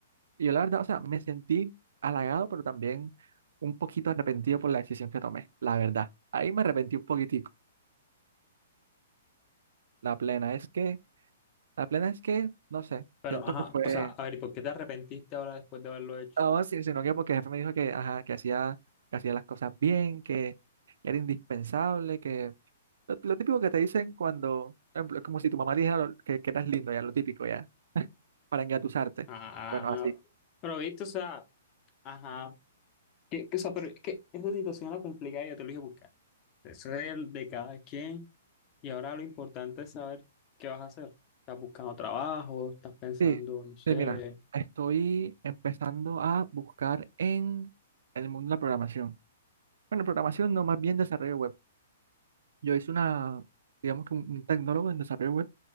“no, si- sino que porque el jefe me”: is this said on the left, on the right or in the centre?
Right